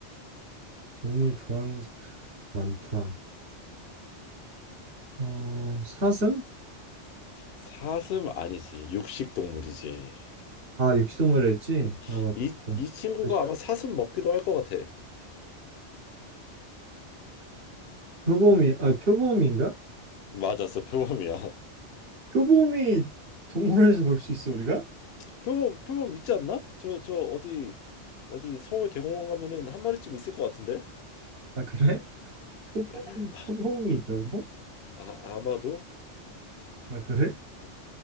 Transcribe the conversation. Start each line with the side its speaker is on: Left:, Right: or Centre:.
Right: 동물 좋아하는 사람 많다. 어, 사슴?
Left: 사슴 아니지 육식 동물이지.
Right: 아, 육식동물이라 했지?
Left: 응.
Right: 아, 맞다.
Left: 이, 이 친구가
Right: 그렇죠.
Left: 아마 사슴 먹기도 할 것 같아.
Right: 표범이 아, 표범인가?
Left: 맞았어 표범이야.
Right: 표범이 동물원에서 볼 수 있어, 우리가?
Left: <laughs> 표범 표범 있지 않나? 저 저 어디 어디 서울 대공원 가면은 한 마리쯤 있을 것 같은데?
Right: 아, 그래? 표범
Left: <laughs>
Right: 표범이 있다고?
Left: 아, 아마도.
Right: 아, 그래?
Left: 응.